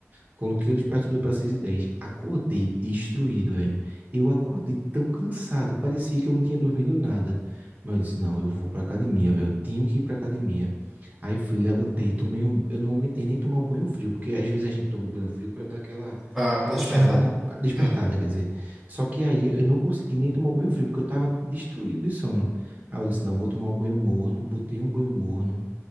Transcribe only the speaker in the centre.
pra,
pra despertar,
né?